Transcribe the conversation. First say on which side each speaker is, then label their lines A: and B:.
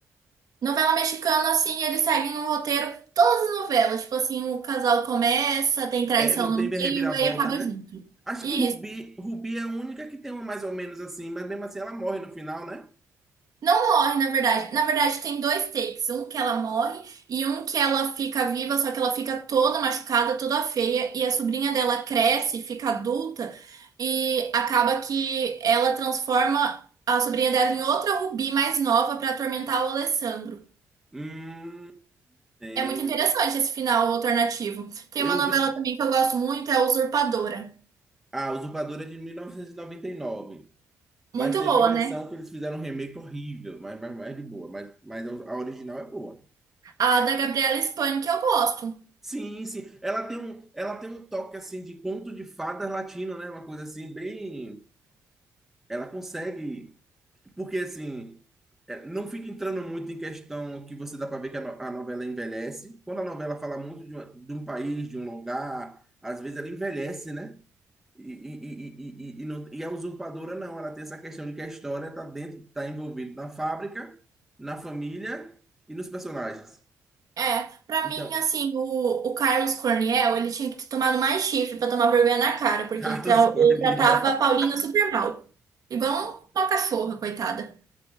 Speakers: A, on the right; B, in the centre.
A: Novela mexicana, assim, eles seguem um roteiro, todas as novelas. Tipo assim, o casal começa, tem traição
B: É, não tem
A: no meio,
B: reviravolta,
A: aí acaba
B: né?
A: junto.
B: Acho
A: Isso.
B: que Rubi, Rubi é a única que tem uma mais ou menos assim, mas mesmo assim ela morre no final, né?
A: Não morre, na verdade. Na verdade, tem dois takes. Um que ela morre e um que ela fica viva, só que ela fica toda machucada, toda feia. E a sobrinha dela cresce, fica adulta e acaba que ela transforma a sobrinha dela em outra Rubi mais nova pra atormentar o Alessandro.
B: Hum, entendo.
A: É muito interessante esse final alternativo. Tem
B: Eu
A: uma novela
B: vi.
A: também que eu gosto muito, é a Usurpadora.
B: Ah, Usurpadora é de 1999. Mas
A: Muito
B: teve
A: boa,
B: a versão
A: né?
B: que eles fizeram um remake horrível, mas, mas, mas de boa. Mas, mas a original é boa.
A: A da Gabriela Spani que eu gosto.
B: Sim, sim. Ela tem um, ela tem um toque assim de conto de fadas latino, né? Uma coisa assim, bem. Ela consegue. Porque assim. é, Não fica entrando muito em questão que você dá para ver que a, no- a novela envelhece. Quando a novela fala muito de, uma- de um país, de um lugar, às vezes ela envelhece, né? E, e, e, e, e, não, e a usurpadora não, ela tem essa questão de que a história está dentro, está envolvida na fábrica, na família e nos personagens.
A: É, pra
B: Então,
A: mim, assim, o, o Carlos Corniel, ele tinha que ter tomado mais chifre pra tomar vergonha na cara, porque
B: <laughs> Carlos
A: ele, tra-
B: Corniel.
A: ele tratava a Paulina super mal. Igual uma cachorra, coitada.